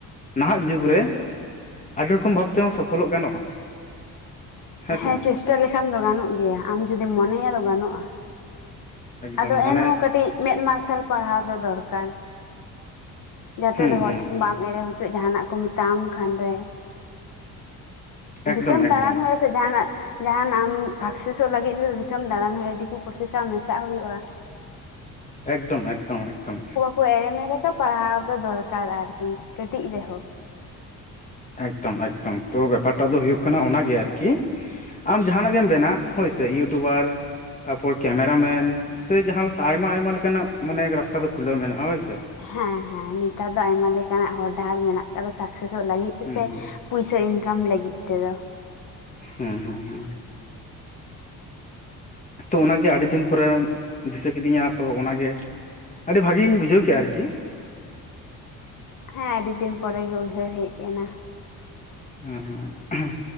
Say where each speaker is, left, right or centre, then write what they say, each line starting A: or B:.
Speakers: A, on the left (about 20°); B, on the left (about 60°).
A: ᱱᱟᱦᱟᱜ ᱡᱩᱜᱽ ᱨᱮ ᱟᱹᱰᱤ ᱨᱚᱠᱚᱢ ᱵᱷᱟᱵ ᱛᱮᱦᱚᱸ ᱥᱚᱯᱷᱚᱞᱚᱜ ᱜᱟᱱᱚᱜᱼᱟ᱾ ᱥᱮ
B: ᱦᱮᱸ
A: ᱵᱟᱝ
B: ᱪᱮᱥᱴᱟ ᱞᱮᱠᱷᱟᱱ ᱫᱚ ᱜᱟᱱᱚᱜ ᱜᱮᱭᱟ, ᱟᱢ ᱡᱩᱚᱫᱤᱢ ᱢᱚᱱᱮᱭᱟ ᱟ ᱜᱟᱱᱚᱜᱼᱟ᱾
A: ᱮᱠᱫᱚᱢ
B: ᱟᱫᱚ
A: ᱢᱟᱱᱮ
B: ᱮᱱᱦᱚᱸ ᱠᱟᱹᱴᱤᱡ ᱢᱮᱫ ᱢᱟᱨᱥᱟᱞ ᱯᱟᱲᱦᱟᱣ ᱫᱚ ᱫᱚᱨᱠᱟᱨ᱾ ᱡᱟᱛᱮ
A: ᱦᱩᱸ
B: ᱫᱚ ᱦᱚᱲ
A: ᱦᱩᱸ
B: ᱴᱷᱮᱱ
A: ᱦᱩᱸ
B: ᱵᱟᱢ ᱮᱲᱮ ᱦᱚᱪᱚᱜ ᱡᱟᱦᱟᱱᱟᱜ ᱠᱚ ᱢᱮᱛᱟᱢ ᱠᱷᱟᱱᱨᱮ
A: ᱮᱠᱫᱚᱢ
B: ᱫᱤᱥᱚᱢ
A: ᱮᱠᱫᱚᱢ
B: ᱫᱟᱬᱟᱱ ᱦᱩᱭᱩᱜ ᱟᱥᱮ ᱡᱟᱦᱟᱱᱟᱜ ᱡᱟᱦᱟᱱ ᱟᱢ ᱥᱟᱠᱥᱮᱥᱚᱜ ᱞᱟᱹᱜᱤᱫ ᱛᱮᱫᱚ ᱫᱤᱥᱚᱢ ᱫᱟᱬᱟᱱ ᱦᱩᱭᱩᱜᱼᱟ, ᱫᱤᱠᱩ ᱯᱚᱥᱮᱥᱟᱜ ᱢᱮᱥᱟᱜ ᱦᱩᱭᱩᱜᱼᱟ᱾
A: ᱮᱠᱫᱚᱢ ᱮᱠᱫᱚᱢ ᱮᱠᱫᱚᱢ᱾
B: ᱠᱚ ᱮᱲᱮᱢᱮ ᱞᱮᱠᱟ ᱯᱟᱲᱦᱟᱣ ᱫᱚ ᱫᱚᱨᱠᱟᱨ ᱟᱨᱠᱤ ᱠᱟᱹᱴᱤᱡ ᱨᱮᱦᱚᱸ᱾
A: ᱮᱠᱫᱚᱢ ᱮᱠᱫᱚᱢ ᱛᱚ ᱵᱮᱯᱟᱨ ᱴᱟᱜ ᱫᱚ ᱦᱩᱭᱩᱜ ᱠᱟᱱᱟ ᱚᱱᱟᱜᱮ ᱟᱨᱠᱤ, ᱟᱢ ᱡᱟᱦᱟᱱᱟᱜ ᱜᱮᱢ ᱵᱮᱱᱟ ᱦᱳᱭ ᱥᱮ ᱤᱭᱩᱴᱩᱵᱟᱨ ᱛᱟᱯᱚᱨ ᱠᱮᱢᱮᱨᱟ ᱢᱮᱱ ᱥᱮ ᱡᱟᱦᱟᱸ ᱞᱮᱠᱟ ᱟᱭᱢᱟ ᱟᱭᱢᱟ ᱞᱮᱠᱟᱱᱟᱜ ᱢᱟᱱᱮ ᱨᱟᱥᱛᱟ ᱫᱚ ᱠᱷᱩᱞᱟᱹᱣ ᱢᱮᱱᱟᱜᱼᱟ ᱦᱳᱭ ᱥᱮ᱾
B: ᱦᱮᱸ ᱦᱮᱸ ᱱᱮᱛᱟᱨ ᱫᱚ ᱟᱭᱢᱟ ᱞᱮᱠᱟᱱᱟᱜ ᱦᱚᱨ ᱰᱟᱦᱟᱨ ᱢᱮᱱᱟᱜ ᱟᱠᱟᱫᱟ ᱥᱟᱠᱥᱮᱥᱚᱜ ᱞᱟᱹᱜᱤᱫ᱾
A: ᱦᱩᱸ
B: ᱥᱮ
A: ᱦᱩᱸ
B: ᱯᱩᱭᱥᱟᱹ ᱤᱱᱠᱟᱢ ᱞᱟᱹᱜᱤᱫ ᱛᱮᱫᱚ᱾
A: ᱦᱩᱸ ᱦᱩᱸ ᱦᱩᱸ᱾ ᱛᱚ ᱚᱱᱟᱜᱮ ᱟᱹᱰᱤ ᱫᱤᱱ ᱯᱚᱨᱮ ᱫᱤᱥᱟᱹ ᱠᱤᱫᱤᱧᱟ ᱛᱚ, ᱚᱱᱟᱜᱮ ᱟᱹᱰᱤ ᱵᱷᱟᱹᱜᱤᱧ ᱵᱩᱡᱷᱟᱹᱣ ᱠᱮᱫᱼᱟ ᱟᱨᱠᱤ᱾
B: ᱦᱮᱸ ᱟᱹᱰᱤ ᱫᱤᱱ ᱯᱚᱨᱮᱜ ᱜᱮ ᱩᱭᱦᱟᱹᱨ ᱦᱮᱡ ᱮᱱᱟ᱾
A: ᱦᱮᱸ ᱦᱮᱸ᱾